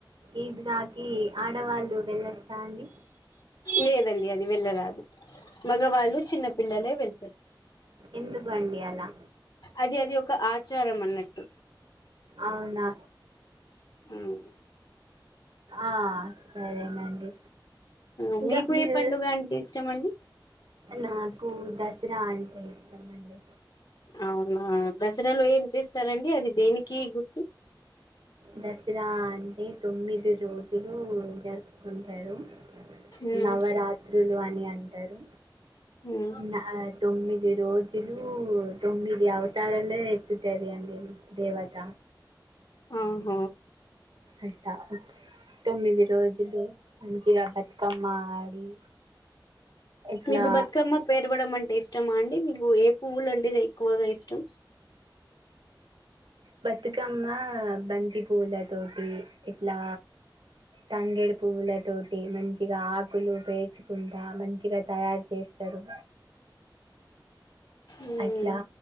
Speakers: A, on the right; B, on the left.
A: ఈద్గాకి ఆడవాళ్ళు వెళ్ళొచ్చా అండి
B: లేదండి అది వెళ్ళరాదు మగవాళ్ళు చిన్న పిల్లలే వెళ్తారు
A: ఎందుకు అండి అలా
B: అది అది ఒక ఆచారం అన్నట్టు
A: అవునా
B: మ్మ్
A: ఆ సరేనండి
B: మ్మ్
A: ఇంకా
B: మీకు
A: మీరు
B: ఏ పండుగ అంటే ఇష్టం అండి
A: నాకు దసరా అంటే ఇష్టం అండి
B: అవునా దసరాలో ఏం చేస్తారండి అది దేనికి గుర్తు
A: దసరా అంటే తొమ్మిది రోజులు జరుపుకుంటారు
B: ఉమ్
A: నవరాత్రులు అని అంటారు
B: ఉమ్
A: నా ఆ తొమ్మిది రోజు లు తొమ్మిది అవతారలే ఎతుతది అండి దేవత
B: ఆహ
A: అంతా తొమ్మిది రోజులు మంచిగా బతుకమ్మా ఆడి ఇట్లా
B: మీకు బతుకమ్మ పెరవడం అంటే ఇష్టమా అండి మీకు ఏ పువ్వులు అంటేది ఎక్కువగా ఇష్టం
A: బతుకమ్మ బంతి పూలతోటి ఇట్లా తాంగేడు పువ్వుల తోటి మంచి గా ఆకులు పేర్చుకుంటా మంచిగా తయారు చేస్తారు
B: ఉమ్
A: అట్లా